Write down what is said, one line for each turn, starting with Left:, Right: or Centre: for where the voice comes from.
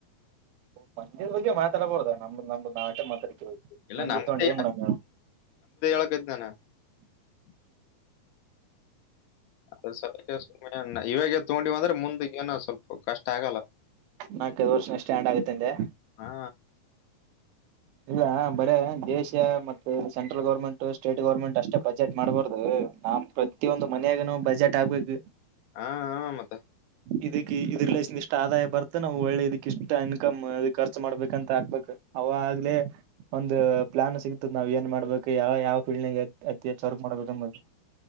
Right: ಪ್ಯಂದ್ಯದ್ ಬಗ್ಗೆ ಮಾತಾಡ್ಬಹುದ ನಮ್ದು ನಮ್ದು. ನಾ ಆಟೆ <unintelligible>
Left: ಇಲ್ಲ
Right: ಪಂದ್ಯ
Left: ನಮ್ದೇ
Right: ತಗೊಂಡ್ ಏನ್ ಮಾಡನ್ಹೇಳು.
Left: <unintelligible> <unintelligible> ಇವಾಗ್ ಗೆದ್ ತಗೊಂಡಿವಿ ಅಂದ್ರೆ ಮುಂದೆ ಏನ ಸ್ವಲ್ಪ್. ಕಷ್ಟ ಆಗಲ್ಲ
Right: ನಾಲ್ಕೈದು ವರ್ಷ ಸ್ಟ್ಯಾಂಡ್ ಆಗತ್ತಂದೆ
Left: ಹಾ.
Right: ಇಲ್ಲ ಬರೇ ದೇಶ ಮತ್ತೆ ಸೆಂಟ್ರಲ್ ಗೌರ್ಮೆಂಟ್ ಸ್ಟೇಟ್ ಗೌರ್ಮೆಂಟ್ ಅಷ್ಟೇ ಬಜೆಟ್ ಮಾಡ್ಬಾರ್ದು. ನಾ ಪ್ರತಿಯೊಂದು ಮನಿ -- ಮನ್ಯಾಗ ಬಜೆಟ್ ಆಗ್ಬೇಕು
Left: ಹಾ ಹಾ ಮತ್ತೆ
Right: ಇರಿಕ್ಕೆ ಇರ್ ರಿಲೆಷನ್ ಎಷ್- ಎಷ್ಟ್ ಆದಾಯ ಬರ್ತ ನಾವು ಒಳ್ಳೆ ಇದಕ್ ಇಷ್ಟ ಇನ್ಕಮ್ ಇದ ಖರ್ಚು ಮಾಡ್ಬೇಕಂತ ಹಾಕ್ಬೇಕು ಅವಾಗ್ಲೇ. ಒಂದು ಪ್ಲಾನ್ ಸಿಗುತದ್ ನಾವ್ ಏನ್ ಮಾಡ್ಬೇಕು ಯಾವ ಯಾವ ಫೀಲ್ಡ್ ಅತಿ ಹೆಚ್ಚು ವರ್ಕ್ ಮಾಡ್ಬೇಕನ್ಂಬೋದು.